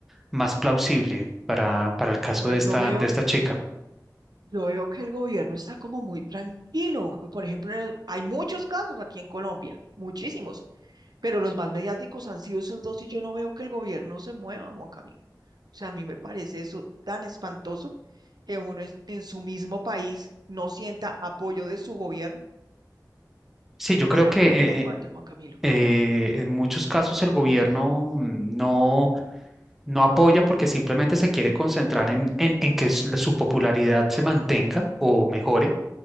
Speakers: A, in the centre; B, on the right.
A: más plausible para, para el caso
B: Pero
A: de
B: yo
A: esta,
B: veo,
A: de esta chica.
B: yo veo que el gobierno está como muy tranquilo. Por ejemplo, en el- hay muchos casos aquí en Colombia, muchísimos, pero los más mediáticos han sido esos dos y yo no veo que el gobierno se mueva, Juan Camilo. O sea, a mí me parece eso tan espantoso que uno es- en su mismo país no sienta apoyo de su gobierno.
A: Sí, yo creo
B: Es algo
A: que eh,
B: muy fuerte,
A: eh,
B: Juan Camilo.
A: eh, en muchos casos el gobierno mm, no, no apoya porque simplemente se quiere concentrar en, en, en que su la- su popularidad se mantenga o mejore